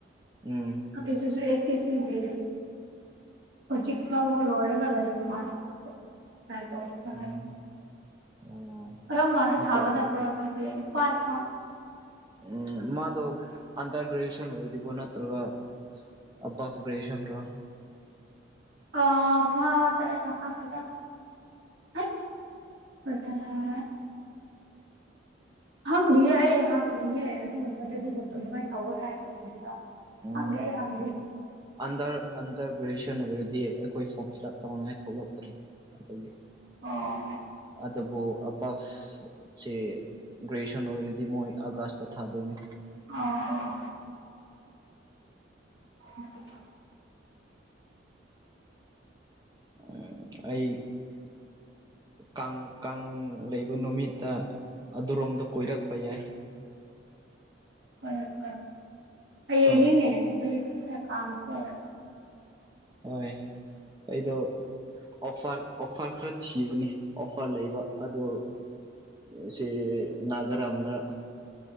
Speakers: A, on the right; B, on the right.
A: ꯎꯝ
B: ꯑꯗꯨꯁꯨ ꯑꯦꯁ ꯑꯦꯁ ꯁꯤ ꯒꯤ ꯍꯧꯖꯤꯛ ꯐꯥꯎꯕ ꯂꯣꯏꯔꯒ ꯂꯩꯕ ꯃꯥꯜꯂꯦ ꯃꯥꯁꯨ ꯇ꯭ꯔꯥꯢ ꯇꯧꯕꯅꯣ
A: ꯎꯝ
B: ꯍꯥꯢꯔ
A: ꯑꯣ
B: ꯀꯔꯝꯀꯥꯟꯗ
A: ꯅꯨꯄꯥ
B: ꯊꯥꯒꯗꯕ꯭ꯔꯣ ꯅꯣꯢꯗꯤ ꯄꯥꯅ
A: ꯎꯝ ꯃꯥꯗꯣ ꯑꯟꯗꯔ ꯒ꯭ꯔꯦꯖꯨꯑꯦꯁꯟ ꯑꯣꯏꯔꯤꯕꯣ ꯅꯠꯇ꯭ꯔꯒ ꯑꯕꯞ ꯒ꯭ꯔꯦꯖꯨꯑꯦꯁꯟ ꯔꯣ
B: ꯑꯥ ꯃꯥꯁꯦ ꯑꯩꯅ ꯈꯟꯕꯗ ꯍꯩꯁ ꯑꯗꯨꯔꯥ ꯈꯪꯗꯤꯌꯦ ꯑꯩ ꯍꯪꯗꯤꯌꯦ ꯑꯗꯨꯒꯨꯝꯕꯗꯨꯗꯤ ꯑꯗꯨꯃꯥꯏꯅ ꯇꯧꯋꯦ ꯍꯥꯏꯕꯒꯤꯔ
A: ꯎꯝ
B: ꯈꯪꯗꯦ ꯑꯩ ꯍꯪꯗꯦ
A: ꯑꯟꯗꯔ ꯑꯟꯗꯔ ꯒ꯭ꯔꯦꯖꯨꯑꯦꯁꯟ ꯑꯣꯏꯔꯗꯤ ꯑꯩꯈꯣꯏ ꯐꯣꯔꯝ ꯐꯤꯜ ꯑꯞ ꯇꯧꯅꯤꯡꯉꯥꯏ ꯊꯣꯛꯂꯛꯇ꯭ꯔꯤ ꯑꯗꯨꯒꯤ
B: ꯑꯣ
A: ꯑꯗꯨꯕꯨ ꯑꯕꯞ ꯁꯦ ꯒ꯭ꯔꯦꯖꯨꯌꯦꯁꯟ ꯑꯣꯏꯔꯗꯤ ꯃꯣꯏ ꯑꯥꯒꯁꯇ ꯊꯥꯗꯣꯏꯅꯤ
B: ꯑꯣ ꯑꯣ <inaudible>
A: ꯑꯝ ꯑꯩ ꯀꯥꯡ ꯀꯥꯡ ꯂꯩꯕ ꯅꯨꯃꯤꯠ ꯇ ꯑꯗꯨꯔꯣꯝꯗ ꯀꯣꯏꯔꯛꯄ ꯌꯥꯏ
B: ꯀꯣꯢꯔꯛꯀꯦ ꯍꯌꯦꯡꯅꯤꯅꯦ
A: ꯍꯣꯏ
B: ꯍꯌꯦꯡꯅꯤꯅꯦ ꯀꯥꯡꯁꯦ
A: ꯍꯣꯏ ꯑꯩꯗꯣ ꯑꯣꯐꯔ ꯑꯣꯐꯔ ꯈꯔ ꯊꯤꯕꯅꯤ ꯑꯣꯐꯔ ꯂꯩꯕ ꯑꯗꯣ ꯑꯁꯤ ꯅꯥꯒꯥꯔꯝꯗ